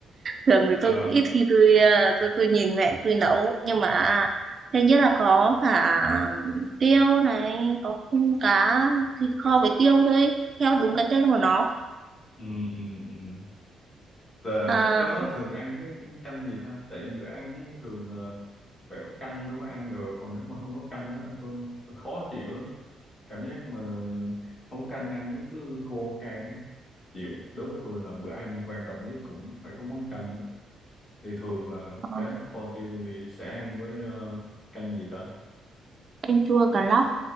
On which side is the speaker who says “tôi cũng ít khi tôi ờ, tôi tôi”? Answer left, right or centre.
Right